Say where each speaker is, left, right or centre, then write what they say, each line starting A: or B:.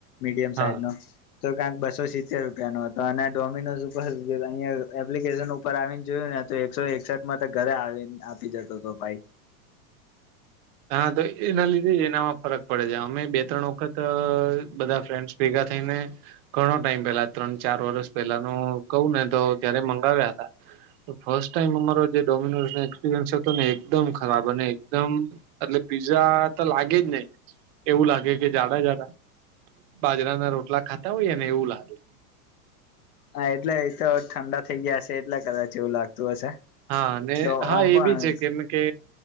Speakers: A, on the left (about 75°); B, on the right (about 45°).
A: મીડિયમ
B: હા.
A: સાઈઝ નો. તો ક્યાંક બસો સિત્તેર રૂપિયા નો હતો, અને ડોમિનોઝ ઉપર અહીંયા એપ્લિકેશન આવીને જોયું ને, તો એકસો એકસઠ માં તો ઘરે આવી, આપી જતો હતો ભાઈ.
B: હા, તો એ નલી ન <unintelligible> ફરક પડે છે, અમે બે-ત્રણ વખત બધા ફ્રેન્ડસ ભેગા થઈને. ઘણો ટાઈમ પેલા ત્રણ-ચાર વર્ષ પેલા ન કેવા ને, તો ત્યારે મંગાવ્યા હતા. ફર્સ્ટ ટાઈમ અમારો જે ડોમિનોઝ નો એક્સપિરિયન્સ હતો ને, એકદમ ખરાબ અને એકદમ એટલે પીઝા તો લાગે જ નહી, એવું લાગે કે, જાડા-જાડા. બાજરા ના રોટલા ખાતા હોય એ ને, એવું લાગે.
A: હા, એટલે એ તો ઠંડા થઈ ગયા હ છે, એટલે કદાચ એવું લાગતું હશે.
B: હા, અને
A: કે
B: હા,
A: ઓમ
B: એ
A: પણ
B: બી છે કેમ કે